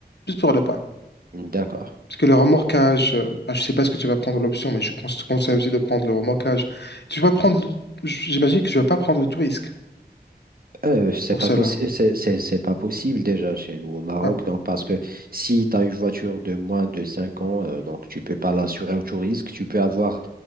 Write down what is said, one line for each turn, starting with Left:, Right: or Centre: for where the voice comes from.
Left: juste pour le pain.
Right: D'accord.
Left: Parce que le remorquage, euh, bah, je ne sais pas ce que tu vas prendre l'option, mais je conse- te conseille aussi de prendre le remorquage. Tu vas prendre, le- j'imagine que tu vas pas prendre le tout risque
Right: Euh, c'est
Left: pour
Right: pas
Left: cela.
Right: possible, c'est c'est- c'est pas possible déjà chez nous au Maroc.
Left: hein.
Right: Donc, parce que si tu as une voiture de moins de 5 ans, euh, donc tu peux pas l'assurer au touriste. Tu peux avoir